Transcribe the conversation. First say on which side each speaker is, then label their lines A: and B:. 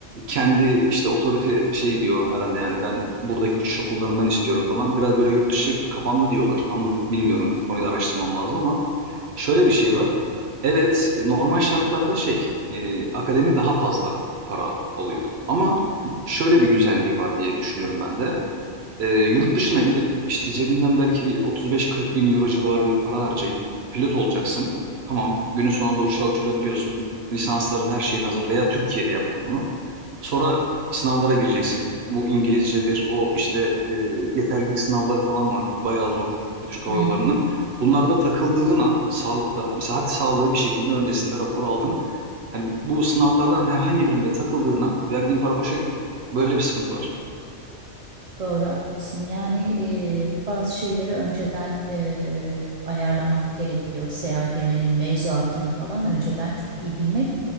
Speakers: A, on the right (about 65°); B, on the right (about 45°).
A: kendi işte otorite şey diyor herhalde yani ben buradaki uçuş okullarından istiyorum falan. Biraz böyle yurt dışı kapandı diyorlar. Tam da bilmiyorum bu konuyu da araştırmam lazım ama şöyle bir şey var. Evet normal şartlarda şey e, akademi daha fazla para alıyor ama şöyle bir güzelliği var diye düşünüyorum ben de. Ee, yurt dışına gidip işte cebinden belki bir 35-40 bin euro civarı bir para harcayıp pilot olacaksın. Tamam günün sonunda uçağı uçurabiliyorsun. Lisansların her şeyin hazır veya Türkiye'de yaptın bunu. Sonra sınavlara gireceksin. Bu İngilizcedir, o işte e, yeterlilik sınavları falan var. Bayağı zor Türk Hava
B: hı
A: Yolları'nın.
B: hı.
A: Bunlarda takıldığın an sağlıkta, mesela hadi sağlığı bir şekilde öncesinde rapor aldın. Hani bu sınavlardan herhangi birinde takıldığın an verdiğin para boşa gitti. Böyle bir sıkıntı var.
B: Doğru haklısın. Yani e, bazı şeyleri önceden e, ayarlamak gerekiyor. SEAGM'nin mevzuatını falan önceden çok iyi bilmek